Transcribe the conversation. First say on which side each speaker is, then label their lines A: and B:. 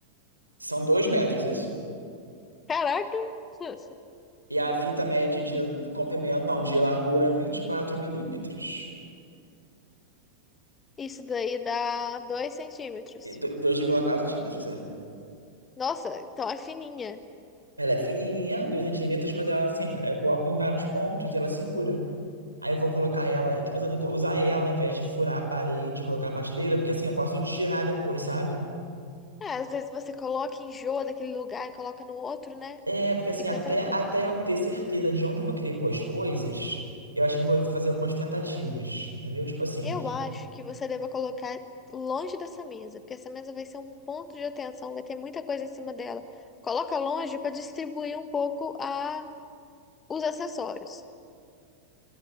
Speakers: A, on the right; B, on the left.
A: são 2 metros isso.
B: Caraca! <laughs>
A: E a fita média de comprimento, não, de largura 24 milímetros.
B: Isso daí dá 2 centímetros.
A: E do- dois vírgula quatro centímetros, é.
B: Nossa, então é fininha.
A: Ela é fininha, 2 centímetros, mas ela assim, aí eu coloco em vários pontos e ela segura. Aí eu vou colocar ela, eu tô pensando em co- usar ela ao invés de furar a parede, colocar na prateleira, porque assim, eu posso tirar depois, sabe?
B: É, às vezes você coloca, enjoa daquele lugar e coloca no outro, né?
A: É, porque assim,
B: Fica
A: até,
B: tranquilo.
A: até eu ter certeza de onde eu vou querer pôr as coisas, eu acho que eu vou fazer algumas tentativas, entendeu? Tipo assim,
B: Eu acho que você deva colocar longe dessa mesa, porque essa mesa vai ser um ponto de atenção, vai ter muita coisa em cima dela. Coloca longe para distribuir um pouco a os acessórios,